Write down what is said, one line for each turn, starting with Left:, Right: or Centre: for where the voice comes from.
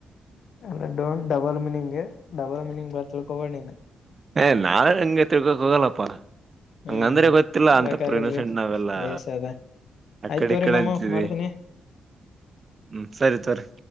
Left: ಅಲ್ಲ don't double meaning double meaning ನೀನ್ ತಿಲ್ಕೋಬೇಡ ನೀನು.
Right: ಹೆ ನಾನ್ ಹಂಗೆ ತಿರ್ಕೋ ಹೋಗಲ್ಲ ಪ್ಪ ಹಂಗಂದ್ರೆ
Left: ಹ್ಮ್
Right: ಗೊತ್ತಿಲ್ಲ ಅಂತಪ
Left: ಬೇಕಾಗಲ್ರಿ
Right: ಇನಸೆಂಟ್ ನಾವೆಲ್ಲಾ.
Left: ವಯಸ್ಸ ಅದ
Right: ಅ
Left: ಆಯ್ತ್
Right: ಕಡೆ
Left: ತೋರಿ
Right: ಈ ಕಡೆ
Left: ಮಾಮು
Right: ಅಂತವಿ
Left: ಮಾಡ್ತೀನಿ.
Right: ಹ್ಮ್ ಸರಿ ತರಿ